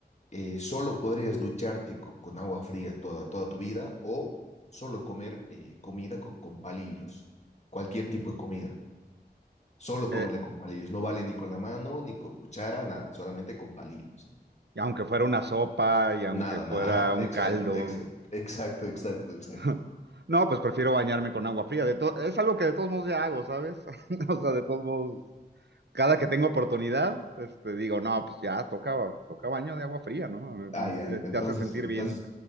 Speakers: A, on the left; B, on the right.
A: eh, solo podrías ducharte con, con agua fría toda, toda tu vida o solo comer eh, comida con, con palillos? Cualquier tipo de comida, solo
B: Eh,
A: comerla con palillos. No vale ni con la mano, ni con cuchara, nada, solamente con palillos.
B: y aunque fuera una sopa y aunque
A: Nada,
B: fuera
A: nada, ajá,
B: un
A: exacto,
B: caldo.
A: exacto, exacto, exacto, exacto.
B: <laughs> No, pues prefiero bañarme con agua fría. De to- es algo que de todos modos ya hago, ¿sabes? <laughs> O sea, de todos modos cada que tengo oportunidad, este, digo, no, pues ya toca, toca baño de agua fría, ¿no?
A: Ah, ya,
B: Te,
A: en-
B: te
A: entonces,
B: hace sentir
A: entonces,
B: bien